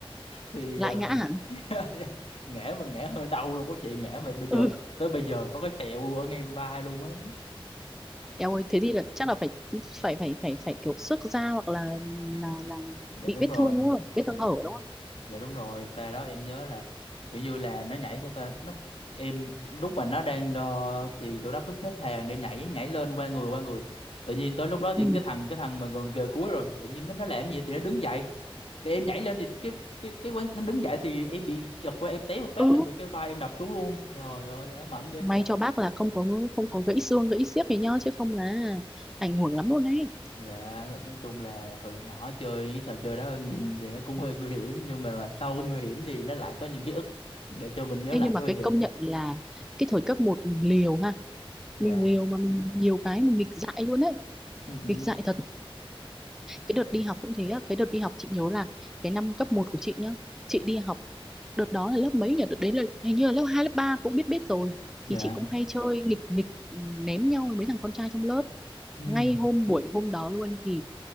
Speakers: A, on the left (about 80°); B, in the centre.
A: thì
B: lại
A: ờ,
B: ngã hả
A: <laughs> ngã mà ngã hơi đau luôn có chuyện ngã mà bây giờ
B: ừ
A: tới bây giờ có cái sẹo ở ngay vai luôn á
B: eo ơi thế thì là chắc là phải phải phải phải phải kiểu xước da hoặc là là là
A: dạ
B: bị
A: đúng
B: vết
A: rồi
B: thương đúng không vết
A: dạ
B: thương hở đúng không
A: dạ đúng rồi pha đó em nhớ là kiểu như là nó nhảy theo ta nó em lúc mà nó đang ờ, thì tụi nó cứ xếp hàng để nhảy nhảy lên qua người qua người tự nhiên tới lúc đó thì
B: ừ
A: cái thằng cái thằng mà gần kề cuối rồi tự nhiên nó nó làm gì thì nó đứng dậy thì em nhảy lên thì cái cái cái quán nó đứng dậy thì em bị chật qua em té một phát
B: ừ
A: là người cái vai em đập xuống luôn trời ơi ám ảnh dễ
B: may
A: sợ
B: cho bác là không có không có gãy xương gãy xiếc gì nhá chứ không là ảnh hưởng lắm luôn đấy
A: dạ nói chung là hồi nhỏ chơi những cái trò chơi đó nhìn thì nó cũng hơi nguy hiểm nhưng mà sau cái nguy hiểm thì nó lại có những ký ức để cho mình nhớ
B: thế
A: lại
B: nhưng mà
A: tới bây
B: cái
A: giờ
B: công nhận là cái thời cấp một mình liều ha
A: dạ
B: mình liều mà mình nhiều cái mình nghịch dại luôn đấy
A: Ừ, ừ,
B: nghịch dại thật cái đợt
A: dạ
B: đi học cũng thế á cái đợt đi học chị nhớ là cái năm cấp một của chị nhá chị đi học đợt đó là lớp mấy nhỉ đợt đấy là hình như là lớp 2 lớp 3 cũng biết biết rồi
A: dạ
B: thì chị cũng hay chơi nghịch nghịch ừ, ném nhau với mấy thằng con trai trong lớp
A: ừ,
B: ngay hôm buổi hôm đó luôn thì